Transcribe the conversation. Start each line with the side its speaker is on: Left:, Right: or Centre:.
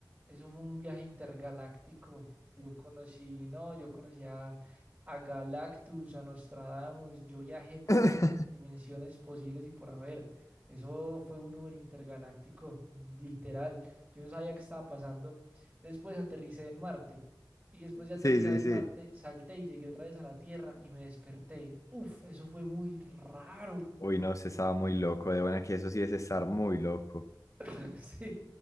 Right: Eso fue un viaje intergaláctico. Yo conocí, no, yo conocí a, a Galactus, a Nostradamus. Yo viajé por
Left: <laughs>
Right: todas las dimensiones posibles y por haber. Eso fue un Uber intergaláctico, literal. Yo no sabía qué estaba pasando. Después aterricé en Marte. Y después de aterrizar
Left: Sí, sí,
Right: en
Left: sí.
Right: Marte, salté y llegué otra vez a la Tierra y me desperté. Uf, eso fue muy raro.
Left: Uy, no, se estaba muy loco de buena, que eso sí es estar muy loco.
Right: <laughs> Sí,